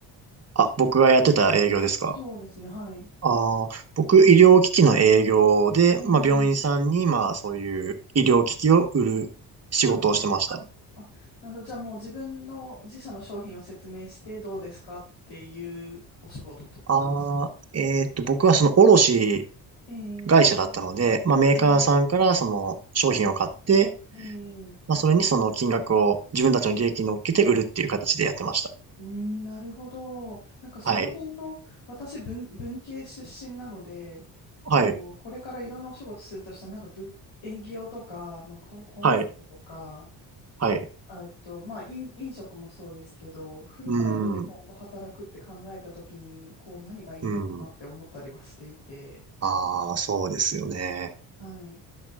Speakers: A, on the right (about 30°); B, on the left (about 60°).
A: あ、僕がやってた営業ですか
B: そうですね、はい。
A: ああー、僕、医療機器の営業で、
B: えー、
A: まあ、病院さんに、まあ、そういう医療機器を売る仕事をしてました。
B: はい、はい。あ、なるほど。じゃあもう自分の自社の商品を説明してどうですかっていうお仕事ってことですか
A: ああ、えーっと、僕はその卸
B: えー、
A: 会社だったので、まあ、メーカーさんからその商品を買って、
B: えー、えー、
A: まあ、それにその金額を自分たちの利益に乗っけて売るっていう形でやってました。
B: うーん、なるほど。なんかその辺の、
A: はい。
B: 私文、文系出身なので、
A: はい。
B: こう、これからいろんなお仕事するとしたら、なんか文、営業とか、まあ、コ、コンサルとか、
A: はい。はい。
B: あえっと、まあ、飲、飲食もそうですけど、フルタイムで今後働くって考えたときに、
A: うん。
B: こう、何がいいのかなって思ったりはしていて、
A: うん。ああ、そうですよね。
B: はい。